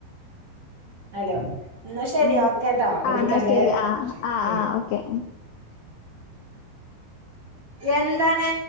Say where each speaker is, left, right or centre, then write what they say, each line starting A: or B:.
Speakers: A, on the right (about 25°); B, on the left (about 75°).
A: ഹലോ, എന്നാ ശരി
B: ഉം
A: ഓക്കെ ട്ടോ വിളിക്കണണ്ട്
B: ആ എന്നാ ശരി ആ ആ
A: മ്
B: ആ ഓക്കെ
A: എന്താണ്